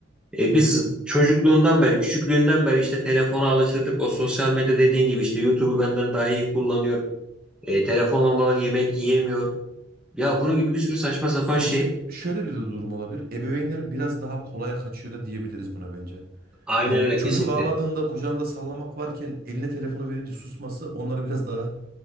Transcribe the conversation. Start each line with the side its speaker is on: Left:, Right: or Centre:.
Centre: E, biz çocukluğundan beri, küçüklüğünden beri işte telefona alıştırdık. O sosyal medya dediğin gibi işte YouTube'u benden daha iyi kullanıyor. E, telefon olmadan yemek yiyemiyor. Ya bunun gibi bir sürü saçma sapan
Right: Sonuçta
Centre: şey.
Right: şöyle bir de durum olabilir. Ebeveynler biraz daha kolaya kaçıyor da diyebiliriz buna bence.
Centre: Aynen
Right: Yani
Centre: öyle
Right: çocuk
Centre: kesinlikle.
Right: ağladığında kucağında sallamak varken eline telefonu verince susması onları biraz daha